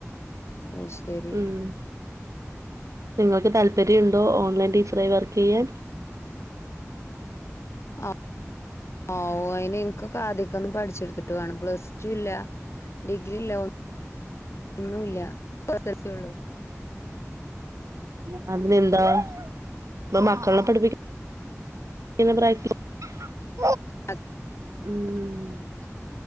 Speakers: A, on the left; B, on the right.
A: അത് ശരി
B: ഉം നിങ്ങൾക്ക് താല്പ പര്യണ്ടോ ഓൺലൈൻ ടീച്ചറായി വർക്ക്യ്യാൻ?
A: ആ ഓ അയിന് എനിക്കൊക്കെ ആദിക്കന്ന് പഠിച്ചെടുത്തിട്ട് വേണം. പ്ലസ് ടു ഇല്ല. ഡിഗ്രി ഇല്ല. ഒ ഒന്നുല്ല്യ <unintelligible> സ്യേള്ളൂ.
B: ഉ അതിനെന്താ ഇപ്പ മക്കൾനെ പഠിപ്പിക്ക <unintelligible>
A: അത്
B: ഊം